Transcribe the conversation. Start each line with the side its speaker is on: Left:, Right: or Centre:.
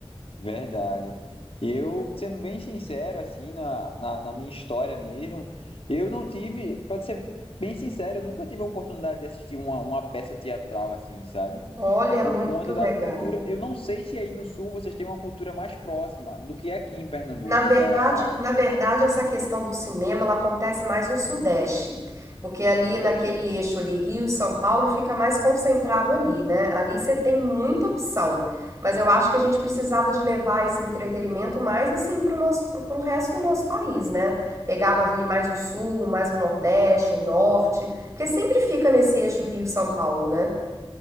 Left: Verdade. Eu, sendo bem sincero, assim, na, na, na minha história mesmo, eu não tive, pra ser bem sincero, eu nunca tive a oportunidade de assistir uma, uma peça teatral, assim, sabe?
Right: Olha, é
Left: Por
Right: muito
Left: conta
Right: legal.
Left: da cultura. Eu não sei se aí no Sul vocês têm uma cultura mais próxima do que aqui em Pernambuco,
Right: Na verdade,
Left: da,
Right: na verdade, essa questão do cinema, ela acontece mais no Sudeste, porque ali naquele eixo ali, Rio, e São Paulo, fica mais concentrado ali, né? Ali você tem muita opção, mas eu acho que a gente precisava de levar esse entretenimento mais assim para o nosso, para o resto do nosso país, né? Pegava ali mais o Sul, mais o Nordeste, o Norte, porque sempre fica nesse eixo Rio, e São Paulo, né?